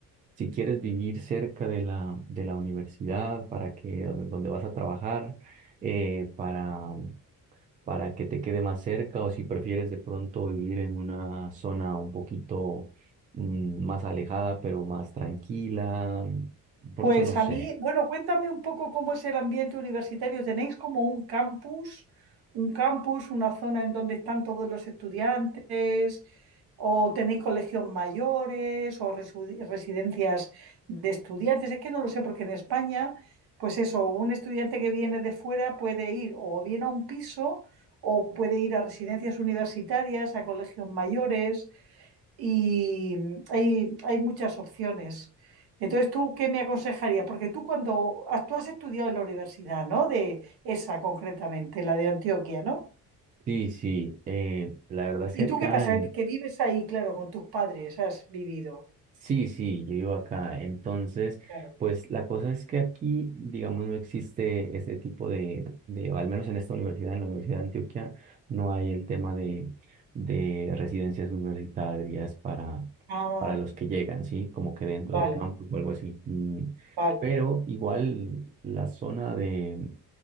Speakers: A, on the right (about 20°); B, on the right (about 50°).
A: si quieres vivir cerca de la, de la universidad, para que donde vas a trabajar, eh, para, para que te quede más cerca, o si prefieres de pronto vivir en una zona un poquito mm, más alejada, pero más tranquila. mm, Pronto
B: Pues
A: no sé.
B: a mí, bueno, cuéntame un poco cómo es el ambiente universitario. ¿Tenéis como un campus, un campus, una zona en donde están todos los estudiantes? ¿O tenéis colegios mayores o resu- residencias de estudiantes? Es que no lo sé, porque en España, pues eso, un estudiante que viene de fuera puede ir o bien a un piso o puede ir a residencias universitarias, a colegios mayores y hay, hay muchas opciones. Entonces, ¿tú qué me aconsejarías? Porque tú cuando has- tú has estudiado en la universidad, ¿no? De esa concretamente, la de Antioquia, ¿no?
A: Sí, sí. eh, la verdad es
B: ¿Y
A: que acá
B: tú qué pasa? Que vives ahí, claro, con tus padres, has vivido,
A: Sí, sí, yo vivo acá. Entonces,
B: claro.
A: pues la cosa es que aquí, digamos, no existe ese tipo de, de, o al menos en esta universidad, en la Universidad de Antioquia, no hay el tema de, de residencias universitarias para,
B: Ah,
A: para los que llegan, ¿sí? Como que dentro
B: vale,
A: del campus o algo así. Mm,
B: vale,
A: Pero igual la zona de